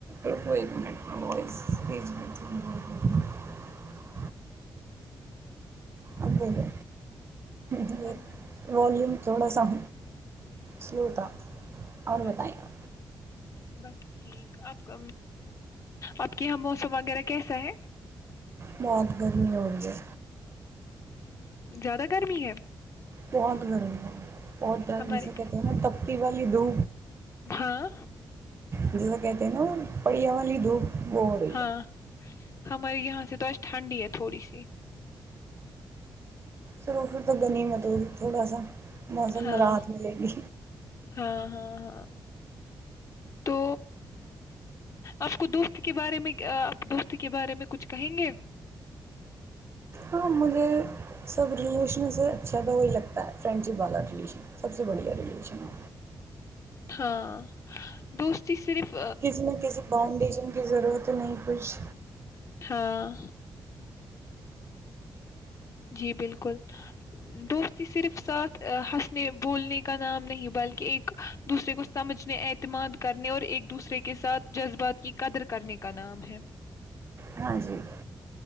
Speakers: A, on the right; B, on the left.
A: مٹ و ا گ ج
B: ہاں جی
A: والوم تھوڑا سام سلوتا اور
B: اچھا
A: بتائیںیں
B: ٹھیک بس ٹھیک آپ آپ کے یہاں موسم وغیرہ کیسا ہے
A: موت گرمی ہو رہی ہے
B: زیادہ گرمی ہے
A: بہت گرم ہے بہت جرد
B: ہمارے
A: جسے کہتے ہیں نا تب پ والالی دو
B: ہاں
A: جیسا کہتے ہیں نا وہ پڑیاں والی دھو بڑی
B: ہاں ہمارے یہاں سے تو آج ٹھنڈی ہے تھوڑی سی
A: سروف تو گ نہیں میںت تھوڑا سا موسم
B: ہاں
A: میں راحات ملے گی
B: ہاں ہاں ہاں تو آپ کو دوست کے بارے میں آپ دوست کے بارے میں کچھ کہیں گے
A: ہاں مجھے سب ریلیشنوں سے اچھا تو وہی لگتا ہے فرینڈ شپ والا ریلیشن سب سے بڑھیا ریلیشن ہو
B: ہاں دوستی صرف
A: کسی نہ کسی باؤنڈیشن کی ضرورت تو نہیں کچھ
B: ہاں <unintelligible> جی بالکل دوستی صرف ساتھ ہنسنے بولنے کا نام نہیں بلکہ ایک دوسرے کو سمجھنے اعتماد کرنے اور ایک دوسرے کے ساتھ جذبات کی قدر کرنے کا نام ہے
A: ہاں جی <unintelligible>